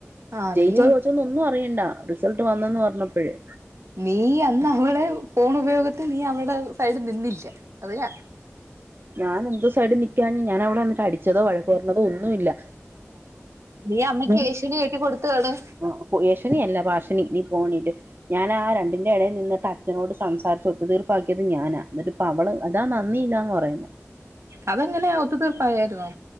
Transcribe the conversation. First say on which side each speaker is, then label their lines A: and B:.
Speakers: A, on the right; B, on the right.
A: ആഹ്
B: ജയിച്ചോ
A: നീ
B: തോച്ചൊന്ന് ഒന്നും അറിയണ്ട റിസൾട്ട് വന്നന്ന് പറഞ്ഞപ്പഴേ
A: നീ അന്ന് അവളെ ഫോൺ ഉപയോഗത്തിൽ നീ അവടെ സൈഡ് നിന്നില്ല അതിനാ
B: ഞാൻ എന്തോ സൈഡ് നിക്കാഞ്ഞ് ഞാന് അവിടെ വന്നിട്ട് അടിച്ചതോ വഴക്കു പഞ്ഞതോ ഒന്നുല്ല
A: നീ അമ്മക്ക് ഏഷണി കേറ്റി കൊടുത്തുകാണും
B: ആ യേശണി അല്ല ഭാഷണി നീ പോണീട്ട് ഞാൻ ആ രണ്ടി എടേൽ നിന്നിട്ട് അച്ഛനോട് സംസാരിച് ഒത്തുതീർപ്പാക്കിയത് ഞാനാ എന്നിട്ട് അവള് അതാ നന്ദിയില്ലാന്ന് പറയുന്നത്
A: അതെങ്ങനെയാ ഒത്തു തീർപ്പായാര്ന്നോ